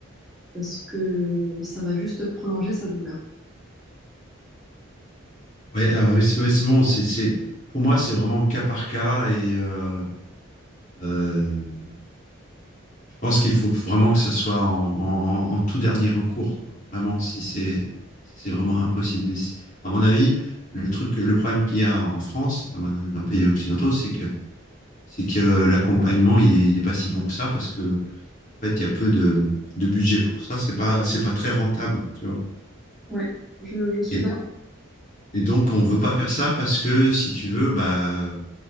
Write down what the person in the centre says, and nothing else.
parce que ça va juste prolonger sa douleur.
Ouais, je, je suis